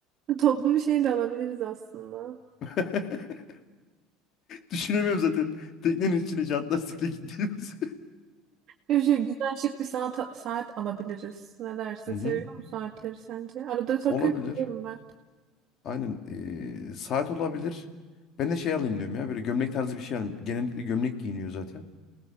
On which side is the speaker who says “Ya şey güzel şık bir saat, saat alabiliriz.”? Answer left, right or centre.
Right